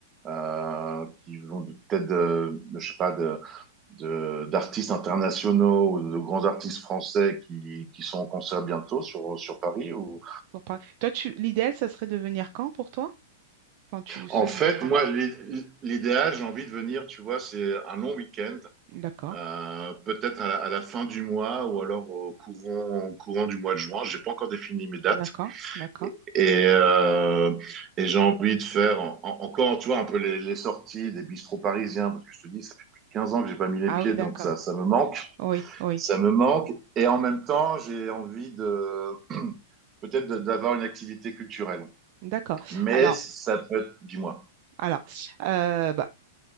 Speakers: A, on the right (about 20°); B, on the right (about 40°).
A: euh, qui vont de- peut-être de, de- je sais pas, de, de- d'artistes internationaux ou de grands artistes français qui, qui sont en concert bientôt sur, sur Paris ou...
B: Pour Paris. Toi, tu l'idéal, ça serait de venir quand pour toi? Enfin, tu souhaites
A: En fait,
B: venir quand?
A: moi, l'i- l'idéal, j'ai envie de venir, tu vois, c'est un long week-end
B: D'accord,
A: Euh, peut-être à la, à la fin du mois ou alors au courant, au courant du mois de juin. J'ai pas encore défini mes dates
B: d'accord, d'accord.
A: et, et, euh, et j'ai envie de faire en- en- encore, tu vois, un peu les, les sorties des bistrots parisiens parce que je te dis, ça fait plus de 15 ans que j'ai pas mis les
B: Ah
A: pieds,
B: oui, d'accord.
A: donc ça, ça me manque,
B: Oui, oui,
A: ça me manque. Et en même temps, j'ai envie de <clears throat> peut-être de- d'avoir une activité culturelle.
B: d'accord.
A: Mais
B: Alors,
A: ça peut être, dis-moi,
B: alors, euh, bah,